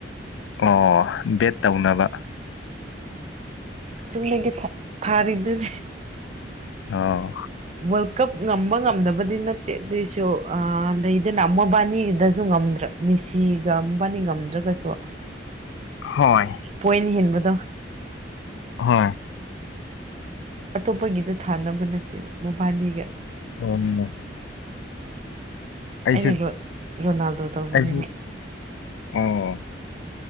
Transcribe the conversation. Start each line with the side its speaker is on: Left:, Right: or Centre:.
Left: ꯑꯣ ꯕꯦꯠ ꯇꯧꯅꯕ
Right: ꯆꯨꯝ ꯌ‌ꯦꯡꯒ‌ꯦ ꯐꯠ ꯐꯔ‌ꯦ ꯗꯨꯅꯦ
Left: ꯑꯣ
Right: ꯋꯥꯔꯜ ꯀꯞ ꯉꯝꯕ ꯉꯝꯗꯕꯗꯤ ꯅꯠꯇꯦ ꯑꯗꯨꯏꯁꯨ ꯂꯩꯗꯅ ꯃꯕꯥꯅꯤꯗꯁꯨ ꯉꯝꯗ꯭ꯔꯥ ꯃꯤꯁꯤꯒ ꯃꯕꯥꯅꯤ ꯉꯝꯗ꯭ꯔꯒꯁꯨ
Left: ꯍꯣꯏ
Right: ꯄꯣꯏꯟ ꯍ‌ꯦꯟꯕ <unintelligible> ꯇ
Left: ꯍꯣꯏ
Right: ꯑꯇꯣꯞꯄꯒꯤꯗ ꯊꯥꯅꯕ ꯅꯠꯇꯦꯕ ꯃꯣꯕꯥꯅꯤꯒ
Left: ꯑꯣ ꯑꯩꯁꯨ
Right: ꯑꯩꯅ ꯔꯣꯅꯥꯜꯗꯣ ꯇꯧꯕꯅꯦꯕ
Left: ꯑꯩ ꯑꯣ